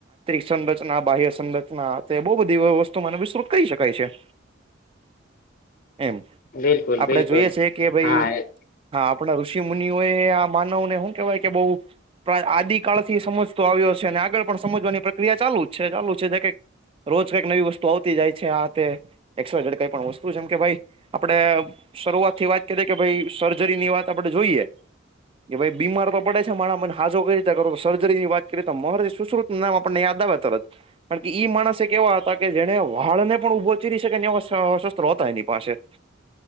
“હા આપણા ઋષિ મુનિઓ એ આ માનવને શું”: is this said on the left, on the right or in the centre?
Right